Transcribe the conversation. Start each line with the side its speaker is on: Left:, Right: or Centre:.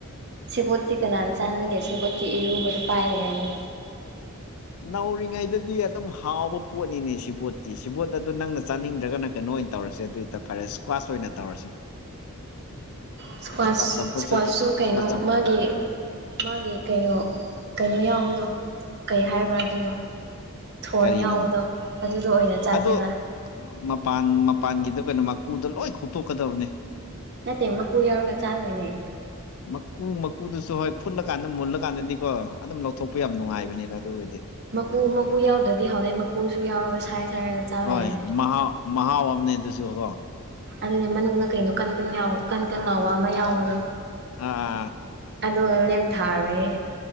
Right: ꯁꯦꯕꯣꯠꯇꯤ ꯀꯅꯥꯟ ꯆꯥꯟꯅꯒꯦ ꯁꯦꯕꯣꯠꯇꯤ ꯏꯔꯨꯕꯗ ꯄꯥꯏꯅꯤꯉꯥꯏꯅꯤ
Left: ꯅꯧꯔꯤꯉꯩꯗꯗꯤ ꯑꯗꯨꯝ ꯍꯥꯎꯕ ꯄꯣꯠꯅꯤꯅꯦ ꯁꯤꯕꯣꯠꯇꯤ ꯁꯤꯕꯣꯠ ꯑꯗꯨ ꯅꯪꯅ ꯆꯥꯅꯤꯡꯗ꯭ꯔꯒ ꯅꯪ ꯀꯩꯅꯣ ꯑꯣꯏꯟ ꯇꯧꯔꯁꯦ ꯑꯗꯨꯏꯇꯥ ꯐꯔꯦꯁ ꯏꯁꯀ꯭ꯋꯥꯥꯁ ꯑꯣꯏꯅ ꯇꯧꯔꯁꯦ
Right: ꯏꯁꯀ꯭ꯋꯥꯁ
Left: ꯆꯝꯐꯨꯠꯁꯨ
Right: ꯏꯁꯀ꯭ꯋꯥꯁꯁꯨ ꯀꯩꯅꯣ
Left: ꯏꯁꯀ꯭ꯋꯥꯁ ꯆꯝ
Right: ꯃꯥꯒꯤ ꯃꯥꯒꯤ ꯀꯩꯅꯣ ꯀꯩꯅꯣ ꯌꯥꯎꯕꯗꯣ ꯀꯩ ꯍꯥꯏꯕ꯭ꯔꯥ ꯑꯗꯨꯗꯣ ꯊꯣꯔꯟ
Left: ꯀꯔꯤꯅꯣ
Right: ꯌꯥꯎꯕꯗꯣ ꯑꯗꯨꯗꯣ ꯑꯣꯏꯅ ꯆꯥꯥꯁꯦꯕ
Left: ꯑꯗꯣ ꯃꯄꯥꯟ ꯃꯄꯥꯟꯒꯤꯗ ꯀꯩꯅꯣ ꯃꯀꯨꯗꯣ ꯂꯣꯏ ꯈꯣꯛꯇꯣꯛꯀꯗꯕꯅꯦ
Right: ꯅꯠꯇꯦ ꯃꯀꯨ ꯌꯥꯎꯔꯒ ꯆꯥꯗꯣꯏꯅꯦ
Left: ꯃꯀꯨ ꯃꯀꯨꯗꯨꯁꯨ ꯍꯣꯏ ꯐꯨꯠꯂꯀꯥꯟꯗ ꯃꯨꯜꯂꯀꯥꯟꯗꯗꯤꯀꯣ ꯑꯗꯨꯝ ꯂꯧꯊꯣꯛꯄ ꯌꯥꯝ ꯅꯨꯡꯉꯥꯏꯕꯅꯤꯗ ꯑꯗꯨꯒꯤꯗꯤ
Right: ꯃꯀꯨ ꯃꯀꯨ ꯌꯥꯎꯗ꯭ꯔꯗꯤ ꯍꯥꯎꯗꯩ ꯃꯀꯨꯁꯨ ꯌꯥꯎꯔꯒ ꯁꯥꯏ ꯁꯥꯏꯔꯒ ꯆꯥꯗꯣꯏꯅꯤ
Left: ꯍꯣꯏ ꯃꯍꯥꯎ ꯃꯍꯥꯎ ꯑꯝꯅꯦ ꯑꯗꯨꯁꯨ ꯒꯣ
Right: ꯑꯗꯨꯅꯦ ꯃꯅꯨꯡꯗ ꯀꯩꯅꯣ ꯀꯟ ꯀꯟ ꯌꯥꯏ ꯀꯟ ꯀꯟ ꯂꯥꯎꯕ ꯑꯃ ꯌꯥꯎꯕꯗꯣ
Left: ꯑꯥ
Right: ꯑꯗꯨꯒ ꯂꯦꯝ ꯊꯥꯔꯣꯏꯌꯦ